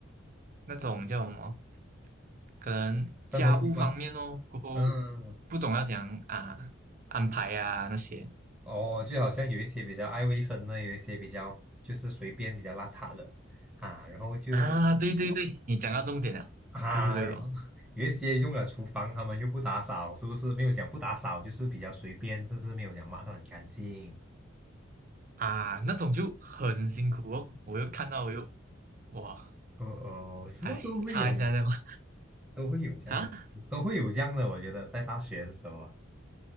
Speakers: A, on the right (about 40°); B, in the centre.
A: 那种叫什么，可能家务方面哦，
B: 生活习惯，
A: 过后
B: 嗯，
A: 不懂要怎样啊安排啊那些
B: 哦，就好像有一些比较爱卫生的，有一些比较就是随便比较邋遢的啊，然后就
A: 啊，对对对，你讲到重点了，
B: <laughs> 啊，
A: 就是这种
B: 然后有一些用了厨房，他们又不打扫，是不是？没有讲不打扫，就是比较随便，就是没有讲抹得很干净。
A: 啊，那种就很辛苦哦，我又看到我又哇，
B: 哦哦，什么都会有，
A: 哎，擦一下这样 <laughs>
B: 都会有这样的，
A: 啊，
B: 都会有这样的。我觉得在大学的时候啊，